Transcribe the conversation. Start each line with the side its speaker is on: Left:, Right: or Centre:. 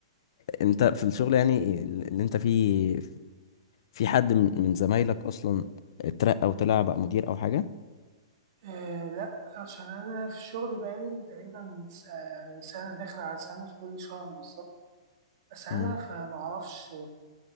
Left: انت في الشغل يعني ال- اللي انت فيه في حد من من زمايلك اصلا اترقى وطلع بقى مدير او حاجة
Right: آه لا عشان انا في الشغل بقالي تقريبا س- يعني سنه داخل على سنه فاضل لي شهر بالظبط سنه
Left: مم.
Right: فمعرفش